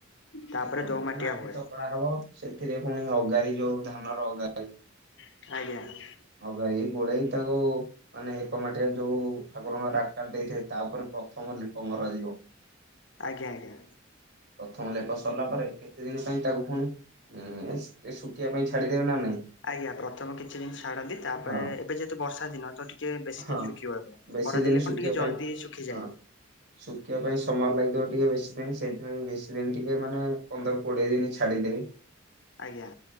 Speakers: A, on the left; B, on the right.
A: ତାପରେ
B: ଏକ ମାଟି
A: ଦୋ ମାଟିଆ
B: ମାଟି
A: ହୁଏ।
B: ଚକଡା ହବ ସେଥିରେ ପୁଣି ଅଗାରି ଯଉ ଧାନ ର ଅଗାରି।
A: ଆଜ୍ଞା।
B: ଅଗାରି କି ଗୋଳେଇ ତାକୁ ମାନେ ଏକ ମାଟିରେ ଯଉ ଠାକୁରଙ୍କ ଆକାର ଦେଇଥାଏ ତା ପରେ ପ୍ରଥମ ଲେପ ମରାଯିବ।
A: ଆଜ୍ଞା ଆଜ୍ଞା।
B: ପ୍ରଥମ ଲେପ ସରିଲା ପରେ କିଛି ଦିନ ପାଇଁ ତାକୁ ପୁଣି ଉଁ -ସ୍ ଟିକେ ଶୁକିବା ପାଇଁ ଛାଡିଦେବେ ନା ନାଇଁ।
A: ଆଜ୍ଞା ପ୍ରଥମ କିଛି ଦିନ୍ ଛାଡନ୍ତି ତାପରେ
B: ହଁ
A: ଏବେ ଯେହେତୁ ବର୍ଷା ଦିନ ତ ଟିକେ ବେଶି
B: ହଁ
A: ଦିନ ଶୁଖିବା ଦରକାର୍
B: ବେଶୀ
A: ଖରାଦିନେ
B: ଦିନ ଶୁଖିବା
A: କଣ୍ ଟିକେ
B: ପାଇଁ
A: ଜଲ୍ଦି ଶୁଖି
B: ହଁ
A: ଯାଏ।
B: ଶୁଖିବା ପାଇଁ ସମୟ ଲାଗିବ ଟିକେ ବେଶୀ ଦିନ୍ ସେଥିପାଇଁ ବେଶୀ ଦିନ ଟିକେ ମାନେ ପନ୍ଦର କୋଡ଼ିଏ ଦିନି ଛାଡ଼ିଦେବି।
A: ଆଜ୍ଞା।